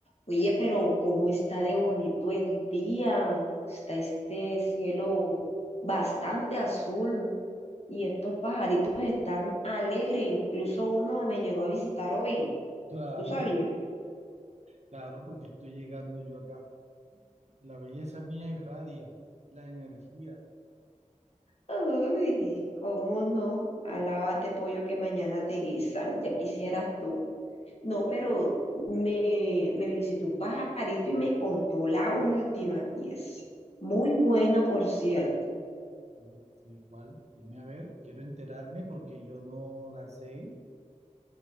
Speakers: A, on the left; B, on the right.
A: Oye, pero ¿cómo está de bonito el día? Está este cielo bastante azul y estos pajaritos están alegres. Incluso uno me llegó a visitar hoy.
B: Claro,
A: ¿Tú sabías?
B: claro, porque estoy llegando yo acá. La belleza mía irradia, la energía.
A: Uy, ¿cómo no? Alábate pollo que mañana te guisan. Ya quisieras tú. No, pero me, me visitó un pajarito y me contó la última. Y es muy buena, por cierto.
B: Mm, Sí, ¿cuál? Dime a ver, quiero enterarme porque yo no la sé.